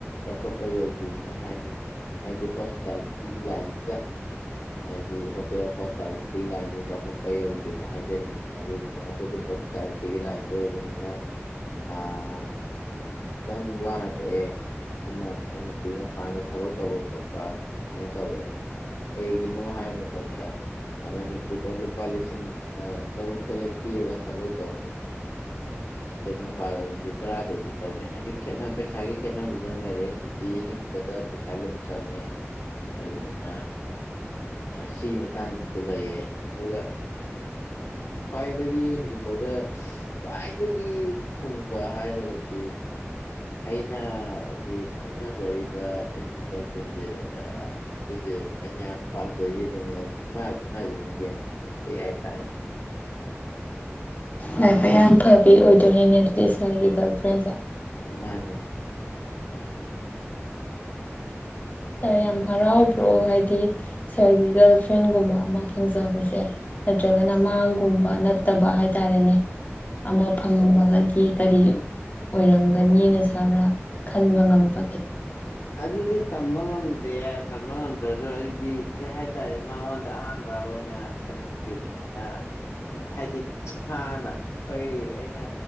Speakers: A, on the left; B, on the left.
A: ꯆꯥꯎꯈꯠꯄ ꯌꯧꯗ꯭ꯣꯏꯅ ꯍꯥꯏꯅꯤꯡꯉꯤ ꯍꯥꯏꯗꯤ ꯍꯣꯁꯄꯤꯇꯥꯂꯤꯇꯤꯒꯤ ꯂꯥꯏꯟꯁꯤꯗ ꯍꯥꯏꯗꯤ ꯍꯣꯇꯦꯜ ꯍꯣꯁꯄꯤꯇꯥꯂꯤꯇꯤꯒꯤ ꯂꯥꯏꯟꯁꯤꯗ ꯆꯥꯎꯈꯠꯄ ꯌꯧꯗ꯭ꯔꯤꯅ ꯍꯥꯏꯖꯅꯤꯡꯉꯤ ꯑꯗꯨꯗꯨꯅ ꯑꯩꯈꯣꯏꯒꯤ ꯍꯣꯁꯄꯤꯇꯥꯂꯤꯇꯤꯒꯤ ꯂꯥꯏꯟꯗ ꯑꯣꯏꯕꯅꯤꯅ ꯑꯥ ꯈꯤꯇꯪ ꯋꯥꯅ ꯊꯣꯛꯑꯦ ꯑꯗꯨꯅ ꯃꯅꯤꯄꯨꯔꯤ ꯃꯄꯥꯟꯗ ꯊꯕꯛ ꯇꯧꯕ ꯈꯣꯠꯄ ꯍꯥꯏꯅ ꯇꯧꯋꯦ ꯀꯩꯒꯤꯅꯣ ꯍꯥꯏꯕ ꯃꯇꯝꯗ ꯃꯅꯤꯄꯨꯔꯗ ꯂꯨꯄꯥ ꯂꯤꯁꯤꯡ ꯇꯔꯨꯛ ꯇꯔꯦꯠ ꯄꯤꯔꯒ ꯊꯕꯛ ꯇꯧꯅꯤ ꯑꯗꯤ ꯃꯄꯥꯜꯗꯗꯤ ꯇꯔꯥꯗꯧꯗꯤ ꯇꯧꯅꯤ ꯍꯥꯏꯗꯤ ꯈꯦꯠꯅꯕ ꯄꯩꯁꯥꯒꯤ ꯈꯦꯠꯅꯕꯁꯨ ꯑꯗꯨꯝ ꯂꯩꯔꯦ ꯗꯤ ꯍꯤꯡꯕꯗ ꯄꯩꯁꯥ ꯑꯗꯨ ꯆꯪꯉꯦ ꯑꯗꯨꯝꯅ ꯁꯤꯒꯤ ꯃꯇꯥꯡꯗꯁꯨ ꯂꯩꯌꯦ ꯑꯗꯨꯒ ꯈ꯭ꯋꯥꯏꯗꯒꯤ ꯍꯧꯖꯤꯛꯐꯥꯎꯗ ꯈ꯭ꯋꯥꯏꯗꯒꯤ ꯊꯨꯡꯕ ꯍꯥꯏꯔꯒꯗꯤ ꯑꯩꯅ ꯍꯧꯖꯤꯛ ꯈꯪꯅꯖꯔꯤꯕ ꯑꯩꯒꯤ ꯀꯔꯐꯦꯟꯁꯦ ꯁꯤꯁꯦ ꯑꯩꯅ ꯌꯥꯝ ꯄꯥꯝꯖꯈꯤꯕꯅꯦ ꯃꯥ ꯁꯅꯁꯤꯃꯗꯤ ꯌꯥꯝ ꯊꯨꯡꯖꯩ ꯍꯥꯏꯇꯥꯔꯦ
B: ꯂꯥꯏꯐ ꯌꯥꯝ ꯐꯕꯤ ꯑꯣꯏꯗꯣꯏꯅꯤꯅꯦ ꯑꯗꯨꯗꯤ ꯁꯔꯒꯤ ꯒꯥꯔꯜ ꯐ꯭ꯔꯦꯟꯁꯦ
A: ꯃꯥꯅꯦ
B: ꯁꯥꯔ ꯌꯥꯝ ꯍꯔꯥꯎꯕ꯭ꯔꯣ ꯍꯥꯏꯗꯤ ꯁꯥꯔꯒꯤ ꯒꯔꯜ ꯐ꯭ꯔꯦꯟꯒꯨꯝꯕ ꯑꯃ ꯐꯪꯖꯕꯁꯦ ꯅꯠꯇ꯭ꯔꯒꯅ ꯃꯥꯡꯒꯨꯝꯕ ꯅꯠꯇꯕ ꯍꯥꯏꯇꯥꯔꯦꯅꯦ ꯑꯃ ꯐꯪꯉꯝꯃꯒꯗꯤ ꯁꯤ ꯀꯔꯤ ꯑꯣꯏꯔꯝꯒꯅꯤꯅ ꯁꯥꯔꯅ ꯈꯟꯕ ꯉꯝꯕꯒꯦ
A: ꯑꯗꯨꯗꯤ ꯇꯝꯕ ꯉꯝꯗꯦ ꯇꯝꯕ ꯉꯝꯗ꯭ꯔꯗ ꯑꯩꯗꯤ ꯀꯩ ꯍꯥꯏꯇꯥꯔꯦ ꯃꯉꯣꯟꯗ ꯑꯍꯥꯝꯕ ꯑꯣꯏꯅ ꯈꯟꯈꯤꯕꯅꯤꯅ ꯍꯥꯏꯗꯤ ꯃꯥꯅ ꯑꯩꯈꯣꯏ ꯑꯩꯅ